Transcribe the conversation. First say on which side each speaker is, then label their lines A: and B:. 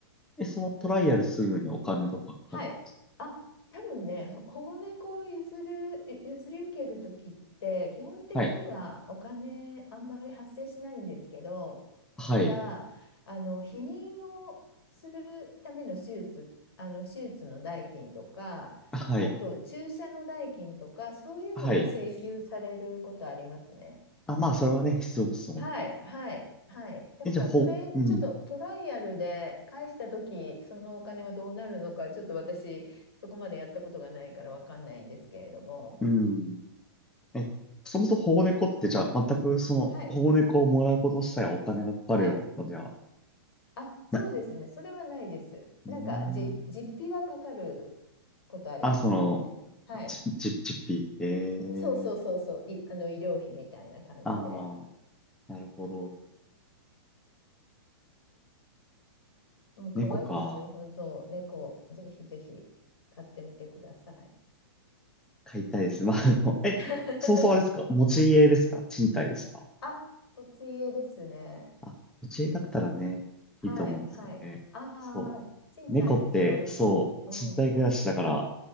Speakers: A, in the centre; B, on the left (about 70°).
A: え、そのトライアルするのにお金とかかかる。
B: はい。あ、多分ね、ほ保護猫を譲る、譲り受けるときって、基本的にはお金あんまり発生しないんですけど、
A: はい。はい。
B: ただ、あの、避妊をするための手術、あの、手術の代金とか、
A: はい。
B: あと注射の代金とか、そういうのは請求されることありますね。
A: はい。あ、まあ、それはね、必要ですもん。
B: はい、はい、はい。だから、
A: え、じゃあ、ほ、
B: それ、
A: うん。
B: ちょっとトライアルで返したとき、そのお金はどうなるのか、ちょっと私、そこまでやったことがないからわかんないんですけれども。
A: うん。え、そもそも保護猫ってじゃあ全くその保護猫をもらうこと自体はお金がかかるようなことじゃ
B: はい、はい。あ、そうですね。
A: な、
B: それはないです。なんか、
A: うーん。
B: じ、実費はかかることありますけどね。
A: あ、その、
B: はい。
A: ち、ち、ちっぴ。ええ
B: そうそうそうそう。い、あの、医療費みたいな感じで。
A: ああー、なるほど。
B: もう、可愛いですよ。
A: 猫か。
B: 本当、猫、ぜひぜひ、買ってみてください。
A: 飼いたいです。まあ、あの、え、
B: <laughs>
A: そうそうあれですか持ち家ですか賃貸ですか
B: あ、持ち家ですね。
A: あ、持ち家だったらね、
B: はい、
A: いいと思うんですけどね。
B: はい。ああ、
A: そ
B: 賃貸ですか、
A: う。猫って、
B: 今。
A: そう、
B: うん。
A: 賃貸暮らしだから、